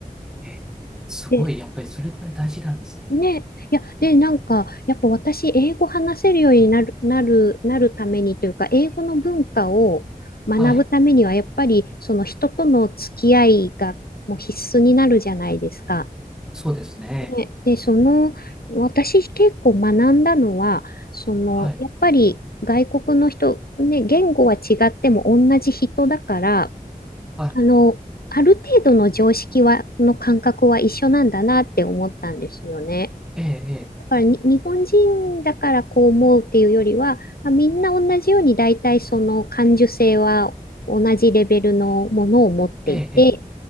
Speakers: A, in the centre; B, on the left.
A: ええ、すごい、
B: で
A: やっぱりそれくらい大事なんですね。
B: ね、いや、で、なんか、やっぱ私、英語話せるようになる、なる、なるためにというか、英語の文化を学ぶためには、
A: はい。
B: やっぱり、その人との付き合いがもう必須になるじゃないですか。
A: そうですね。
B: ね、で、その、私結構学んだのは、その、
A: はい。
B: やっぱり外国の人、ね、言語は違っても同じ人だから、
A: はい。
B: あの、ある程度の常識は、の感覚は一緒なんだなって思ったんですよね。
A: ええ、
B: だからに日本人だからこう思うっていうよりは、まあ、みんな同じように大体その感受性は同じレベルのものを持っていて、
A: ええ、